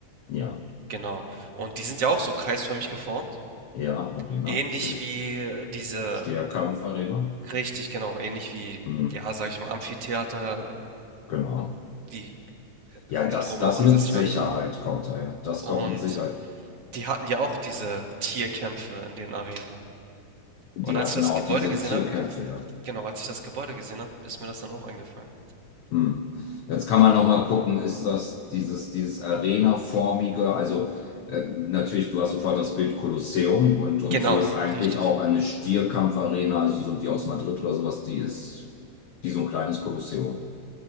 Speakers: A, on the left; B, on the right.
A: ja,
B: Genau. Und die sind ja auch so kreisförmig geformt.
A: ja, Arena,
B: Ähnlich
A: natürlich.
B: wie äh, diese,
A: Stierkampf-Arena.
B: richtig, genau, ähnlich wie,
A: Mhm.
B: ja, sag ich mal, Amphitheater,
A: Genau.
B: die
A: Ja,
B: in
A: das,
B: Rom
A: das
B: auch ansässig
A: mit Sicherheit
B: waren.
A: kommt da, ja. Das
B: Und
A: kommt mit Sicherheit.
B: die hatten ja auch diese Tierkämpfe in den Arenen.
A: Die
B: Und als
A: hatten
B: ich das
A: auch
B: Gebäude
A: diese
B: gesehen
A: Tierkämpfe,
B: habe,
A: ja.
B: genau, als ich das Gebäude gesehen habe, ist mir das dann auch eingefallen.
A: Hm. Jetzt kann man noch mal gucken, ist das dieses, dieses Arena-formige, also äh, natürlich, du hast sofort das Bild Kolosseum und, und
B: Genau,
A: so ist eigentlich
B: richtig.
A: auch eine Stierkampfarena, also so die aus Madrid oder sowas, die ist wie so ein kleines Kolosseum,